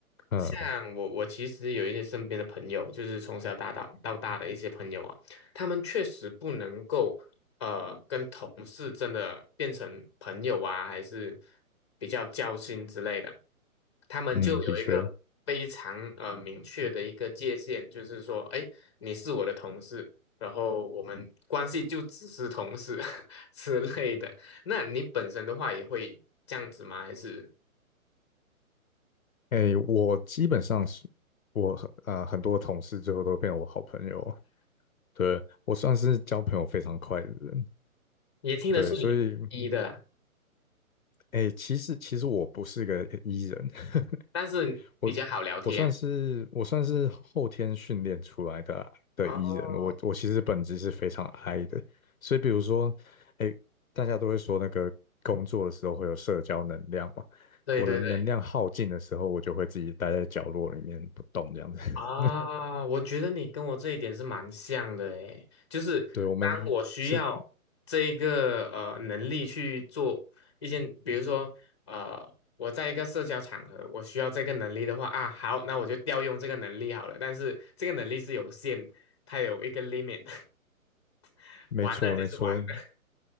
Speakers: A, on the left; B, on the left.
A: 嗯
B: 像我，我其实有一些身边的朋友，就是从小到大到大的一些朋友啊，他们确实不能够呃跟同事真的变成朋友啊，还是比较交心之类的，他们就有一个非常呃明确的一个界限，
A: 嗯，的确，
B: 就是说，哎，你是我的同事，然后我们关系就只是同事 <laughs> 之类的。那你本身的话也会这样子吗？还是
A: 哎，我基本上是我很呃很多同事最后都变我好朋友，对，我算是交朋友非常快的人，
B: 也听得出你一的啦，
A: 对，所以哎，其实其实我不是个 E 人，<laughs>
B: 但是比较好聊天。
A: 我我算是我算是后天训练出来的的
B: 哦，
A: E 人，我我其实本质是非常 I 的，所以比如说，哎，大家都会说那个工作的时候会有社交能量嘛，
B: 对对对，
A: 我的能量耗尽的时候，我就会自己待在角落里面不动这样子。
B: 啊，
A: <laughs>
B: 我觉得你跟我这一点是蛮像的诶，就是当我需要这一个呃能力去做一件，
A: 对，我们是
B: 比如说呃我在一个社交场合，我需要这个能力的话啊，好，那我就调用这个能力好了。但是这个能力是有限，它有一个 limit，<laughs>
A: 没错没错，
B: 完了就是完了。<laughs>